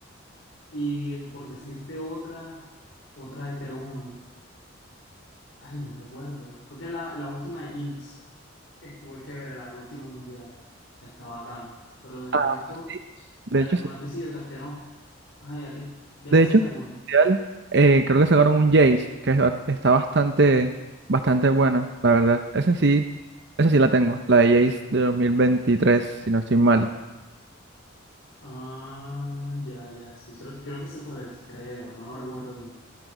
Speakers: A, on the left; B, on the right.
A: Y eh, por decirte otra, otra de t uno ay, no recuerdo. Creo que la, la última de Jinx estuvo chévere, la del último mundial. Está bacana. Pero del
B: Ah,
A: resto,
B: pues sí. De
A: hay
B: hecho,
A: algunas que sí otras que no. Ay, a ti. ¿Ya
B: De
A: pensaste
B: hecho,
A: alguna?
B: real, eh, creo que sacaron un Jace, que es ba- está bastante, bastante buena, la verdad. Esa sí, esa sí la tengo, la de Jace de 2023, si no estoy mal.
A: Ah, ya, ya, sí. Creo, creo que sé cuál es, creo. No lo recuerdo bien.